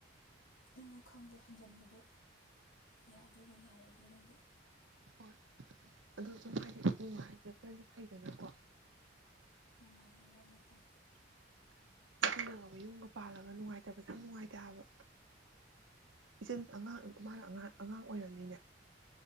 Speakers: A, on the left; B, on the right.
A: ꯑꯗꯨꯅꯨ ꯈꯪꯗꯦ ꯍꯟꯖꯤꯟꯕꯁꯦ ꯌꯥꯗꫭꯏꯔ ꯌꯥꯔꯣꯏꯗꯤꯔꯁ‌ꯦ꯫
B: ꯍꯣꯏ ꯑꯣ ꯑꯗꯨꯝ ꯍꯥꯏꯗꯤ ꯎꯨꯡ ꯍꯥꯏꯖ ꯈ꯭ꯔꯗꯤ ꯐꯩꯗꯅꯀꯣ꯫
A: ꯃꯥꯒꯤꯑꯣꯗꯤꯐꯩ꯫
B: ꯎ ꯎ ꯅꯕ ꯌꯨꯝꯒ ꯄꯥꯜꯂꯒ ꯅꯨꯡꯉꯥꯏ꯫ ꯍꯇꯕꯁꯦ ꯌꯥꯝ ꯅꯨꯡꯉꯥꯏꯇꯦꯕ ꯏꯆꯟ ꯑꯉꯥꯡ ꯃꯥꯅ ꯑꯉꯥꯡ ꯑꯉꯥꯡ ꯑꯣꯏꯔꯕꯝꯅꯤꯅꯦ꯫